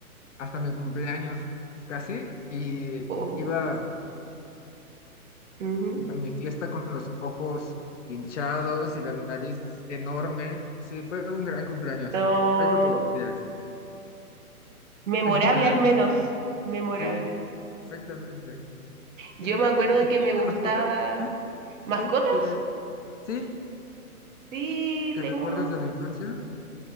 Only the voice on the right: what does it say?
oh,
ujú.
No,
memorable
al menos, memorable.
Yo
me acuerdo
que me gustaba
mascotas.
Sí,
tengo